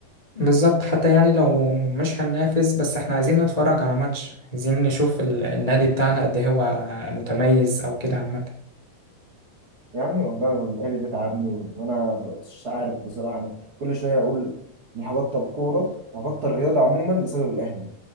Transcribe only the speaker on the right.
يا عم والله الآلي دي تعبني وأنا مش عارف بصراحة أنا كل شوية أقول إني هبطل كورة هبطل رياضة عموما بسبب الأهلي